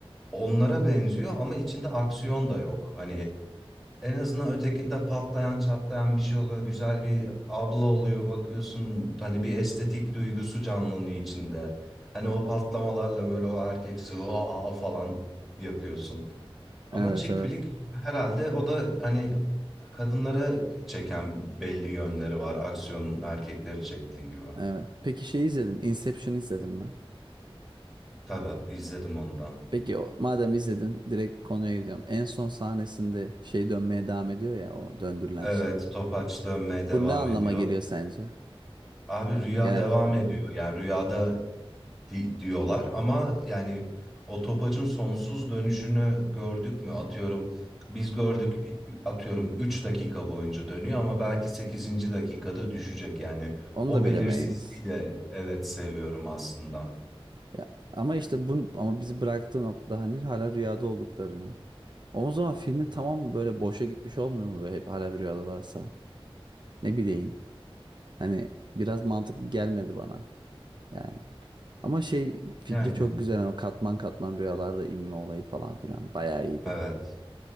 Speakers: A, in the centre; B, on the right.
A: onlara benziyor ama içinde aksiyon da yok. Hani en azından ötekinde patlayan çatlayan bir şey oluyor güzel bir abla oluyor bakıyorsun hani bir estetik duygusu canlanıyor içinde. Hani o patlamalarla böyle o erkeksi "Vaa!" falan yapıyorsun. Ama
B: Evet
A: chick
B: evet.
A: flick herhalde o da hani kadınlara çeken belli yönleri var aksiyonun erkekleri çektiği gibi.
B: Evet. Peki şey izledim. Inception'ı izledin mi?
A: Tabii izledim onu da.
B: Peki o, madem izledin direkt konuya gireceğim. En son sahnesinde şey dönmeye devam ediyor ya o döndürülen
A: Evet
B: şey.
A: Topaç dönmeye devam
B: Bu ne anlama
A: ediyor.
B: geliyor sence?
A: Abi
B: Yani
A: rüya
B: genel
A: devam
B: fikrin.
A: ediyor. Yani rüyada di- diyorlar ama yani o topacın sonsuz dönüşünü gördük mü? Atıyorum biz gördük atıyorum 3 dakika boyunca dönüyor ama belki sekizinci dakikada düşecek. Yani
B: Onu
A: o
B: da
A: belirsizliği
B: bilemeyiz.
A: de evet seviyorum aslında.
B: Ya, ama işte bu ama bizi bıraktığı noktada hani hala rüyada olduklarını. O zaman filmin tamam böyle boşa gitmiş olmuyor mu böyle hep hala rüyadalarsa? Ne bileyim. Hani biraz mantıklı gelmedi bana yani. Ama şey fikri
A: Yani
B: çok güzel. Yani o katman katman rüyalarda inme olayı falan filan bayağı iyiydi.
A: evet